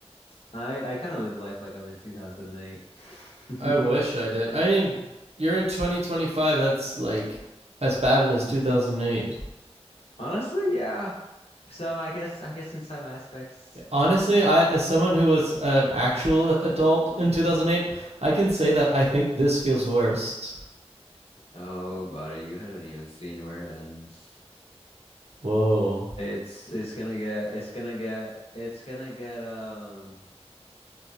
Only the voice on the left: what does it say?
I I kind of live life like I'm in 2008.
<laughs>
Honestly, yeah. So I guess I guess in some aspects.
Oh, buddy, you haven't even seen where it ends.
It's it's gonna get it's gonna get it's gonna get um